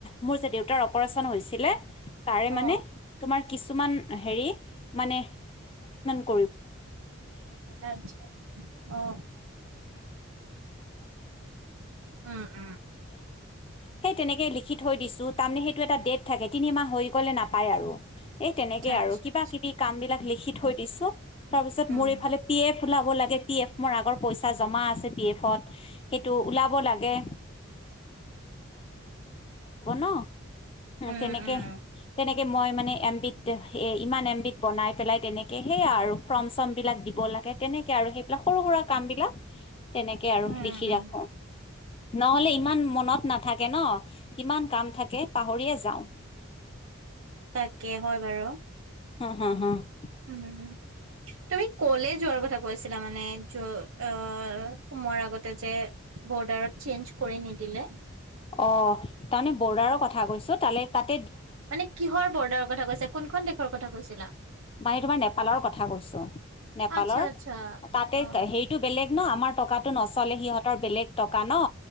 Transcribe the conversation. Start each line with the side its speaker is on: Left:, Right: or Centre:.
Left: মোৰ যে দেউতাৰ পৰত অপচন হৈছিলে তাৰে মানে
Right: অ
Left: তোমাৰ কিছুমান হে মানে <unintelligible> ম
Right: আচ্ছা আচ্ছা অ উম উম
Left: সেই তেনেকেই লিখি থৈ দিছো তাৰমানে সেইটো এটা ডেট থাকে তিনিমাহ হৈ গলে নাপায় আৰু এই তেনেকে
Right: আচ্ছা
Left: আৰু কিবা
Right: আচ্ছা
Left: কিবি কাম বিলাক লিখি থৈ দিছো তাৰপিছত
Right: উম
Left: মোৰ এইফালে পি এফ ওলাব লাগে পিএফ ম আগৰ পইচা জমা আছে পিএফত সেইটো ওলাব লাগে ল
Right: উম
Left: তেনেকে
Right: উম
Left: তেনেকে মই মানে এমবিধ এ ইমান এমবিধ বনাই পেলাই তেনেকে সেইয়া আৰু ফ্ৰৰ্ম চৰ্ম বিলাক দিব লাগে তেনেকে আৰু সেইবিলাক সৰু সুৰা কাম বিিলাক তেনেকে আৰু
Right: উম
Left: লিখি ৰাখো
Right: উম
Left: নহলে ইমান মনত নাথাকে ন কিমান কাম থাকে পাহৰিয়ে যাওঁ <inaudible>
Right: তাকে হয় বাৰু
Left: হ হা হা <inaudible>
Right: উম তুমি কলে যোৱাৰ কথা ক গৈছিলা মানে য অ সোমৰ আগতে যে বৰ্ডাৰত চেঞ্জ কৰি নিদিলে <inaudible>
Left: অ তাৰমানে বৰ্ডাৰৰ কথা কৈছো তালে তাত
Right: মানে কিহৰ বৰ্ডাৰৰ কথা কৈছা কোনখন দেশৰ কথা কৈছিলা
Left: মানে তোমাৰ নেপালৰ কথা কৈছো নেপালৰ
Right: আচ্ছা আচ্ছা
Left: তাতে
Right: অ
Left: হেৰিটো বেলেগ ন আমাৰ টকাটো নচলে সিহঁতৰ বেলেগ টকা ন,